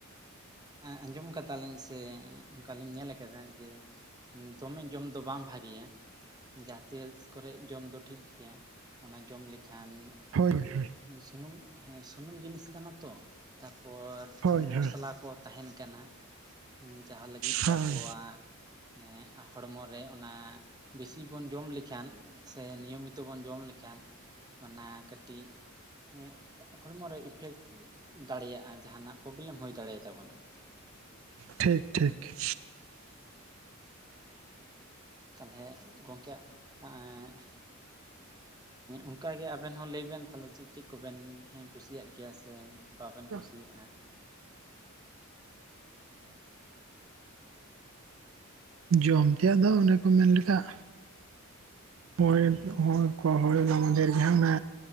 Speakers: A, on the right; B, on the right.
A: ᱮᱸ ᱟᱸᱡᱚᱢ ᱠᱟᱫᱟᱞᱤᱧ ᱥᱮ ᱚᱱᱠᱟᱞᱤᱧ ᱧᱮᱞ ᱟᱠᱟᱫᱟ ᱡᱮ ᱫᱚᱢᱮ ᱡᱚᱢ ᱫᱚ ᱵᱟᱝ ᱵᱷᱟᱜᱮᱭᱟ ᱾ ᱡᱟᱦᱟᱸ ᱛᱤᱥ ᱠᱚᱨᱮ ᱡᱚᱢ ᱫᱚ ᱴᱷᱤᱠ ᱜᱮᱭᱟ, ᱚᱱᱟ ᱡᱚᱢ ᱞᱮᱠᱷᱟᱱ ᱦᱮᱸ
B: ᱦᱳᱭ ᱦᱳᱭ
A: ᱥᱩᱱᱩᱢ ᱦᱮᱸ ᱥᱩᱱᱩᱢ ᱡᱤᱱᱤᱥ ᱠᱟᱱᱟ ᱛᱚ ᱛᱟᱯᱚᱨ
B: ᱦᱳᱭ
A: ᱢᱚᱥᱞᱟ
B: ᱦᱳᱭ
A: ᱠᱚ ᱛᱟᱦᱮᱱ ᱠᱟᱱᱟ ᱡᱟᱦᱟᱸ ᱞᱟᱹᱜᱤᱫ
B: ᱦᱳᱭ
A: ᱫᱚ ᱟᱵᱚᱣᱟᱜ ᱮᱸ ᱦᱚᱲᱢᱚ ᱨᱮ ᱚᱱᱟ ᱵᱮᱥᱤ ᱵᱚᱱ ᱡᱚᱢ ᱞᱮᱠᱷᱟᱱ ᱥᱮ ᱱᱤᱭᱚᱢᱤᱛᱚ ᱵᱚᱱ ᱡᱚᱢ ᱞᱮᱠᱷᱟᱱ ᱚᱱᱟ ᱠᱟᱹᱴᱤᱡ ᱮᱸ ᱦᱚᱲᱢᱚᱨᱮ ᱤᱯᱷᱮᱠᱴ ᱫᱟᱲᱮᱭᱟᱜᱼᱟ ᱡᱟᱦᱟᱱᱟᱜ ᱯᱨᱚᱵᱞᱮᱢ ᱦᱩᱭ ᱫᱟᱲᱮᱭ ᱛᱟᱵᱚᱱᱟ᱾
B: ᱴᱷᱤᱠ ᱴᱷᱤᱠ ᱾
A: ᱛᱟᱞᱦᱮ ᱜᱚᱝᱠᱮ ᱮᱸ ᱚᱱᱠᱟᱜᱮ ᱟᱵᱮᱱ ᱦᱚᱸ ᱞᱟᱹᱭ ᱵᱮᱱ ᱛᱟᱞᱦᱮ ᱪᱮᱫ ᱪᱮᱫ ᱠᱚᱵᱮᱱ ᱦᱮ ᱠᱩᱥᱤᱭᱟᱜ ᱜᱮᱭᱟ ᱥᱮ ᱵᱟᱵᱮᱱ
B: <unintelligible>
A: ᱠᱩᱥᱤᱭᱟᱜᱼᱟ
B: ᱡᱚᱢ ᱛᱮᱭᱟ ᱫᱚ ᱚᱱᱮ ᱠᱚ ᱢᱮᱱ ᱞᱠᱮᱟ ᱦᱚᱭ ᱦᱚᱲ ᱠᱚ <inaudible> ᱢᱟᱫᱷᱮᱨ ᱜᱮ ᱚᱱᱮ